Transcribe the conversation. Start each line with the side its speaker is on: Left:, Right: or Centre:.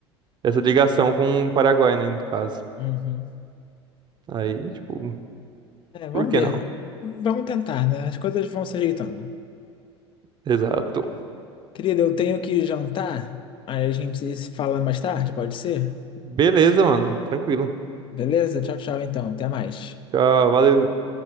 Right: dessa ligação com o Paraguai, né, no caso.
Left: Uhum.
Right: Aí, tipo,
Left: É, vamos
Right: por que
Left: ver.
Right: não?
Left: Vamos tentar, né? As coisas vão se ajeitando.
Right: Exato.
Left: Querida, eu tenho que jantar. Aí a gente se fala mais tarde, pode ser?
Right: Beleza, mano. Tranquilo.
Left: Beleza? Tchau, tchau, então. Até mais.
Right: Tchau, valeu.